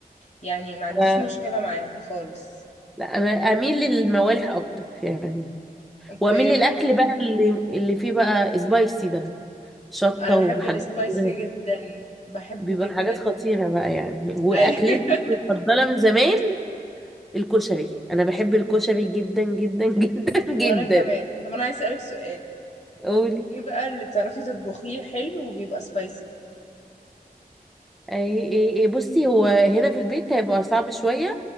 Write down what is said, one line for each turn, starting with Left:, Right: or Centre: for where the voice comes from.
Left: يعني ما عنديش
Centre: ف-
Left: مشكلة معاها خالص
Centre: لا انا اميل للموالح اكتر يعني
Left: اوكي
Centre: واميل للاكل
Left: ماشي
Centre: بقى اللي اللي فيه بقى سبايسي ده شطه
Left: انا بحب
Centre: وحاجات
Left: السبايسي
Centre: كده
Left: جدا بحبه
Centre: بيبقى
Left: جدا
Centre: حاجات خطيره بقى يعني واكلتي
Left: ايوه <laughs>
Centre: المفضله من زمان الكشري انا بحب الكشري جدا جدا <laughs> جدا جدا
Left: وانا كمان طب انا عايز اسألك سؤال
Centre: قولي
Left: ايه بقى اللي بتعرفي تطبخيه حلو وبيبقى سبايسي
Centre: اي اي اي بصي هو هنا في البيت هيبقى صعب شويه